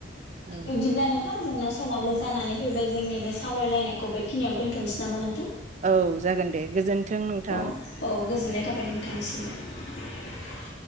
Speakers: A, on the right; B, on the left.
A: औ
B: इदिब्ला नों थां जोंना समाबो जानानै फैबाय जोंनि बे सावरायलायनायखौ बेखिनियावनो दोनथ'नोसै नामा नोंथां?
A: औ जागोन दे गोजोन्थों नोंथां
B: अह औ गोजोननाय थाबाय नोंथांनिसिमबो।